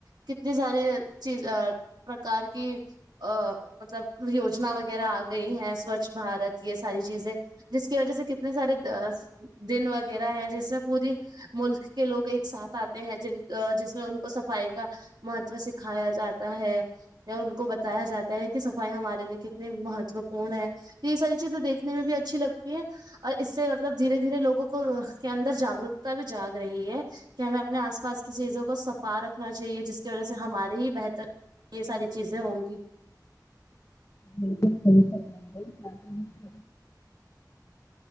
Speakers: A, on the right (about 75°); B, on the left (about 40°).
A: کتنی سارے چیز پرکار کی ا مطلب یوجنا وغیرہ آ گئی ہیں سوچھ بھارت یہ ساری چیزیں جس کی وجہ سے کتنے سارے دن وغیرہ ہیں جس میں پوری ملک کے لوگ ایک ساتھ آتے ہیں جن جس میں ان کو صفائی کا مہتوے سکھایا جاتا ہے یا ان کو بتایا جاتا ہے کہ صفائی ہمارے لیے کتنی مہتو پورن ہے تو یہ ساری چیزیں دیکھنے میں بھی اچھی لگتی ہیں اور اس سے مطلب دھیرے دھیرے لوگوں کو کے اندر جاگروکتا بھی جاگ رہی ہے کہ ہمیں اپنے آس پاس کی چیزوں کو سفا رکھنا چاہیے جس اس کی وجہ سے ہمارے ہی بہتر یہ ساری چیزیں ہوں گی
B: بالکل صحیح ہے نہیں <unintelligible>